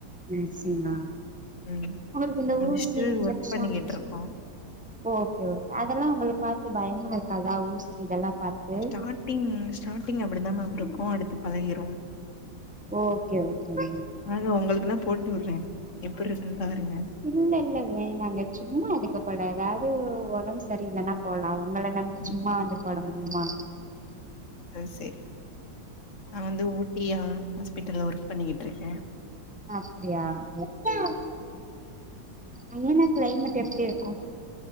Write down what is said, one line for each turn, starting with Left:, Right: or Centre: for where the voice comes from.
Centre: நர்சிங்க
Left: ம்
Centre: உங்களுக்கு இந்த
Left: முடிச்சுட்டு
Centre: ஊசி இன்ஜெக்ஷன்
Left: ஒர்க் பண்ணிக்கிட்ருக்கோ
Centre: ஓகே ஓகே அதெல்லா உங்களுக்கு பாத்து பயமா இருக்காதா ஊசி இதெல்லா பாத்து
Left: சாட்டிங் ஸ்டாடிங் அப்டிதா மேம் இருக்கு அடுத்து பழகிரு
Centre: ஓகே ஓகே மேம்
Left: வாங்க உங்களுக்குனா போட்டு வுடுறே எப்டிருக்குன்னு பாருங்க
Centre: இல்ல இல்ல வேணாங்க சும்மா எதுக்கு போட எதாவ்து ஒடம்பு சரியில்லனா போலா உங்கள நம்பி
Left: ம்
Centre: சும்மா வந்து போட முடியுமா
Left: அது சரி நா வந்து ஊ பிரியா ஹாஸ்பிட்டல்ல ஒர்க் பண்ணிக்கிட்டுருக்கே
Centre: அப்டியா ஒகே அங்கலா கிளைமேட் எப்டி இருக்கு